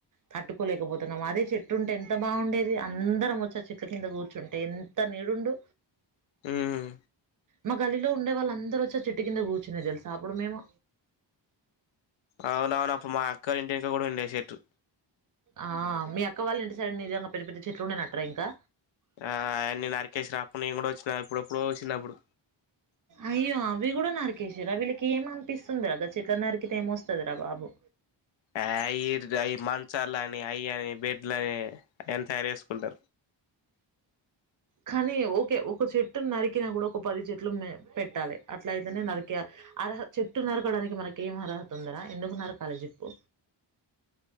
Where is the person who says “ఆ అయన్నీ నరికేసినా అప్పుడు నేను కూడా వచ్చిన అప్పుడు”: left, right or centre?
Left